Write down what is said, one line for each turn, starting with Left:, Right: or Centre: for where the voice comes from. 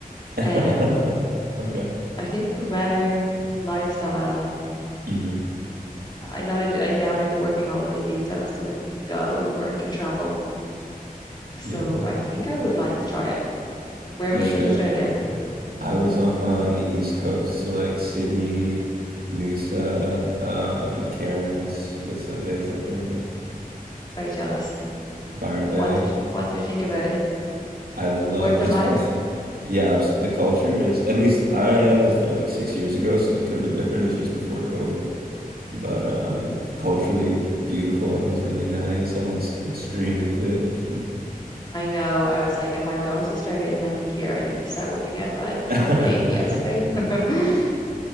Right: <laughs>
Left: Um,
Right: Okay.
Left: I think the weather, lifestyle.
Right: hmm
Left: I know they do like they have like the working holiday visa, so like you can go and work and travel. So
Right: Yeah,
Left: I think I would like to try it. Where
Right: you
Left: were you
Right: should.
Left: in Australia?
Right: I was on the East Coast, so like Sydney, Noosa, um, Cairns, with Sundays, that kind of thing.
Left: Very jealous.
Right: Byron Bay.
Left: And what did you, what did you think of it? Is
Right: I loved
Left: worth the
Right: it's
Left: hype?
Right: <laughs> yeah, abs- the culture is at least I was there like six years ago, so it could have been different. It was just before COVID. But um culturally beautiful, everyone's really nice, everyone's extremely fit. <laughs>
Left: I know
Right: Yeah,
Left: I was like, if I'm going to Australia in like a year, I need to start working out like
Right: <laughs> yeah,
Left: properly yesterday. <laughs>